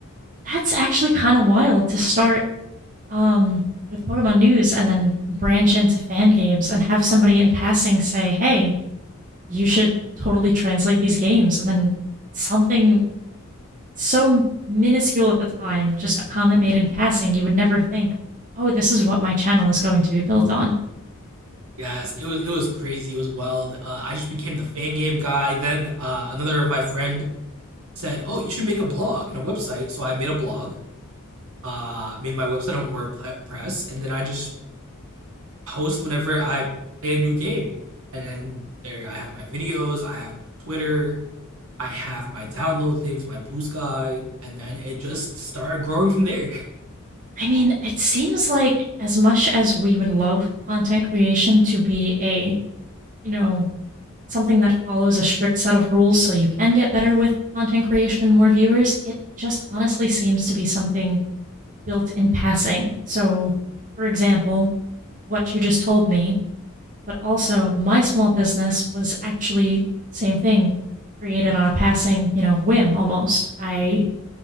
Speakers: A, on the right (about 35°); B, on the right (about 70°).
A: That's actually kind of wild to start um with Pokemon news and then branch into fan games and have somebody in passing say, hey, you should totally translate these games. And then something so minuscule at the time, just a comment made in passing, you would never think, oh, this is what my channel is going to be built on.
B: Yes, it was it was crazy. It was wild. Uh, I just became the fan game guy. Then uh, another of my friend said, "Oh, you should make a blog and a website." So I made a blog. Uh, made my website on WordPress, and then I just post whenever I play a new game. And then there I have my videos, I have my Twitter, I have my download links, my Blue Sky, and then it just started growing from there.
A: I mean, it seems like as much as we would love content creation to be a, you know, something that follows a strict set of rules so you can get better with content creation and more viewers, it just honestly seems to be something built in passing. So, for example, what you just told me but also my small business was actually same thing, created on a passing, you know, whim almost. I